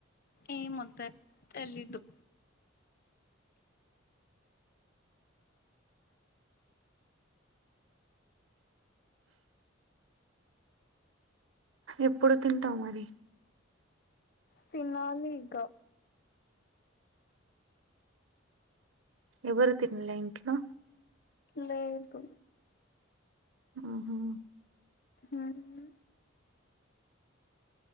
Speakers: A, on the left; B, on the right.
A: ఏమో అక్క తెలీదు
B: ఎప్పుడు తింటావ్ మరి
A: తనలి ఇగా
B: ఎవరు తిన్లే ఇంట్లో
A: లేదు
B: ఆహ
A: ఉమ్మ్